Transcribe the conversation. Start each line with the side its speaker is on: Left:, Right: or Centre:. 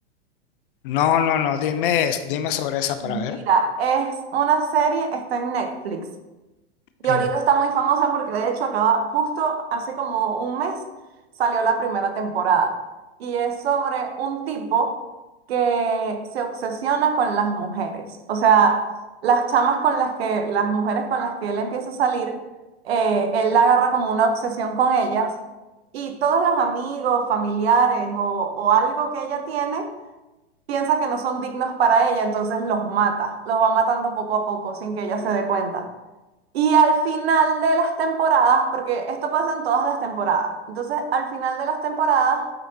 Left: No, no, no, dime, dime sobre esa para
Right: Ujú.
Left: ver.
Right: Mira, es una serie, está en Netflix. Y ahorita
Left: Ujú,
Right: está muy famosa porque de hecho acaba, justo hace como un mes salió la primera temporada. Y es sobre un tipo que se obsesiona con las mujeres. O sea, las chamas con las que, las mujeres con las que él empieza a salir, eh, él la agarra como una obsesión con ellas. Y todos los amigos, familiares o, o algo que ella tiene, piensa que no son dignos para ella, entonces los mata, los va matando poco a poco sin que ella se dé cuenta. Y al final de las temporadas, porque esto pasa en todas las temporadas, entonces al final de las temporadas